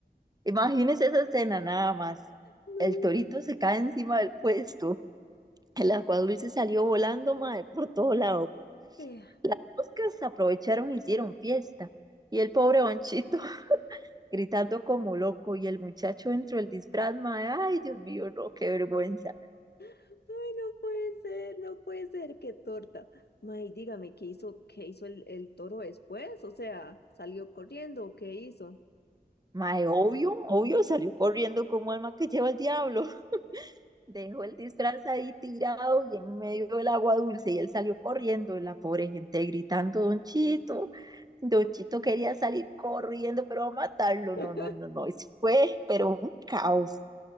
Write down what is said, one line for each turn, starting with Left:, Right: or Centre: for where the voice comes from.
Right: Imagínese esa escena nada más.
Left: No,
Right: El torito se cae encima del puesto. El aguadulce salió volando, mae, por todo lado.
Left: qué.
Right: Las moscas aprovecharon y hicieron fiesta. Y el pobre Bonchito <laughs> gritando como loco. Y el muchacho dentro del disfraz, mae, ay, Dios mío, no, qué vergüenza.
Left: Ay, no puede ser, no puede ser, qué torta. May, dígame, ¿qué hizo, qué hizo el, el toro después? O sea, ¿salió corriendo o qué hizo?
Right: Mae, obvio, obvio, salió corriendo como alma que lleva el diablo. Dejó el disfraz ahí tirado y en medio del agua dulce y él salió corriendo, la pobre gente gritando, Don Chito, Don Chito quería salir corriendo, pero va a matarlo,
Left: <laughs>
Right: no, no, no, no, eso fue, pero un caos.